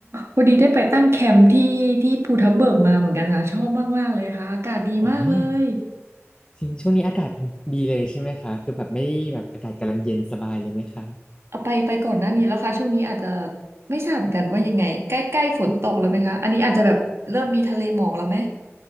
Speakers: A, on the right; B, on the left.
A: พอดีได้ไปตั้งแคมป์ที่ที่ภูทับเบิกมาเหมือนกันค่ะชอบมากๆเลยค่ะอากาศดีมากเลย
B: โอ้ย จริงช่วงนี้อากาศเป็นดีเลยใช่ไหมคะ คือแบบไม่แบบอากาศกำลังเย็นสบายเลยไหมคะ
A: เอาไปไปก่อนหน้านี้แล้วค่ะช่วงนี้อาจจะไม่ทราบเหมือนกันว่ายังไงใกล้ใกล้ฝนตกแล้วไหมคะอันนี้อาจจะแบบเริ่มมีทะเลหมอกแล้วไหม